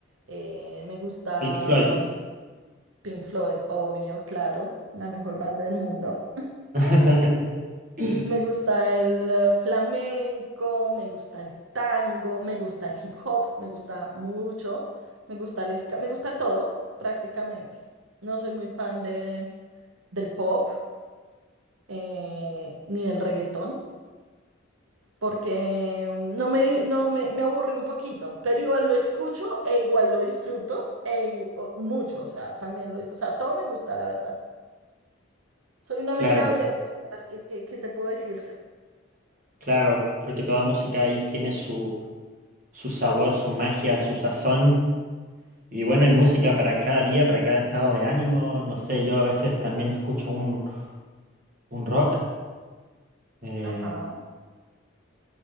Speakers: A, on the right (about 80°); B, on the right (about 40°).
A: Eh, me gusta
B: Pink Floyd.
A: Pink Floyd, obvio, claro, la mejor banda del mundo.
B: <laughs>
A: Me gusta el eh, flamenco, me gusta el tango, me gusta el hip hop, me gusta mucho, me gusta el ska, me gusta todo prácticamente. No soy muy fan de, del pop eh, ni del reggaetón. porque mm, no me, no me, me aburrí un poquito, pero igual lo escucho e igual lo disfruto e igu- o- mucho, o sea, también lo, o sea, todo me gusta, la verdad. Soy una
B: Claro,
A: mente abierta, ¿sabes ¿qué, qué, qué te puedo decir?
B: claro. Creo que toda música ahí tiene su, su sabor, su magia, su sazón. Y bueno, hay música para cada día, para cada estado de ánimo. No sé, yo a veces también escucho un, un rock. Eh,
A: Ajá,